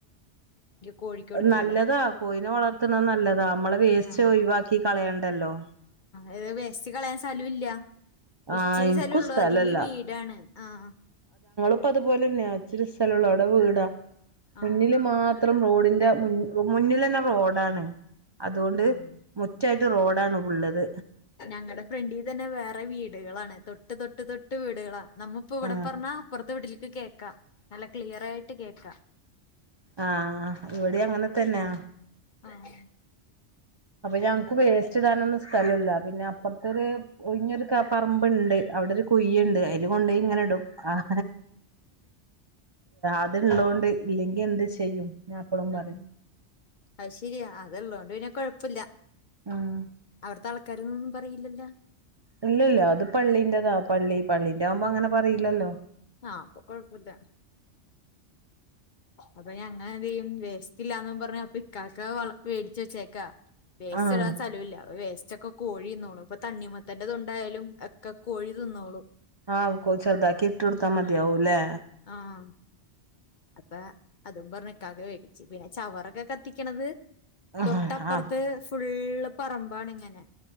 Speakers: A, on the left; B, on the right.
A: കോഴിക്ക് കൊടുക്കാലോ
B: നല്ലതാ കോയ്നെ വളർത്ത്ന്നെ നല്ലതാ മ്മളെ വേസ്റ്റ്
A: ആഹ്
B: ഒഴിവാക്കി കളയണ്ടല്ലോ
A: അത് വേസ്റ്റ് കള സ്തലൂല്ല ഇച്ചിരി
B: ആഹ് ഇൻക്കും
A: സ്ഥലാെള്ളൂ
B: സ്ഥലല്ല
A: അതില് വീടാണ് ആ അ
B: പ്പതുപോലെന്നാ ച്ചിരി സ്ഥലാെള്ളൂ അവ്ടെ വീടാ
A: ആഹ്
B: മുന്നില് മാ ത്രം റോഡിന്റെ മുന്നിൽ തന്നെ റോഡാണ് അതുകൊണ്ട്
A: ആഹ്
B: മുറ്റ റോഡാണ് ഉള്ളത്
A: ഞങ്ങളുടെ ഫ്രണ്ടിൽ തന്നെ വേറെ വീടുകളാണ് തൊട്ട് തൊട്ട് തൊട്ട് വീടുകളാ നമ്മിപ്പോ ഇവിടെ
B: ആഹ്
A: പറഞ്ഞാ അപുറത്ത് വീട്ടില്- ഇത് കേക്കാം നല്ല ക്ലിയർ ആയിട്ട് കേക്കാം
B: ആഹ ഇവിടെ അങ്ങനെ തന്നെയ
A: ആഹ
B: അപ്പൊഞങ്ങൾക്ക് വേസ്റ്റ് ഇടാനൊന്ന്- സ്ഥലല്ല പിന്നെ അപ്പറത്തൊരു ഒഞ്ഞൊരു കുഞ്ഞൊരു പറമ്പുണ്ട് അവിടെ ഒരു കുഴിണ്ട് അതിൽ കൊണ്ടുപോയി ഇങ്ങനെ ഇടും ആ- അത് ഉള്ളോണ്ട്- ഇല്ലെങ്കിൽ എന്ത് ചെയ്യും? ഞാൻ എപ്പളും
A: ആഹ
B: പറയും
A: അത് ശരിയാ അതള്ളോണ്ട് പിന്നെ കൊഴപ്പ- കുഴപ്പമില്ല
B: ഉം
A: അവിടുത്തെ ആൾക്കാരൊന്നും- പറയില്ലല്ലോ
B: ഇല്ല ഇല്ല അത് പള്ളിൻ്റെതാ പള്ളീന്റെ ആവുമ്പോ അങ്ങനെ പറയില്ലല്ലോ?
A: ആഹ കൊഴപ്പമില്ല അപ്പൊ ഞങ്ങ എന്ത് ചെയ്യും വേസ്റ്റ്ല്ലാന്ന് പറഞ്ഞ ഇക്കാക്ക മേടിച്ച വെച്ചേക്കാ വേസ്റ്റ്
B: ആഹ്
A: ഇടാൻ സ്ഥലമില്ല വേസ്റ്റ് വൈസ്റ്റ്‌ കോഴി നിന്നോളു ഇപ്പൊ തണ്ണിമത്തൻ്റെതുണ്ടായാലും ഒക്കെ കോഴി തിന്നോള്ളൂ.
B: ആഹ് ചെറുതാക്കി ഇട്ടടുത്താ മതിയാവുലെ
A: ആഹ അപ്പ അതും പറഞ് - ഇകാക്ക വേടിച്ച് പിന്നെ ചവറൊക്കെ കത്തിക്കണത്-
B: ആഹ്
A: തൊട്ടപ്പുറത്ത് ഫുൽ- ഫുള്ള് പറമ്പാണ് ഇങ്ങനെ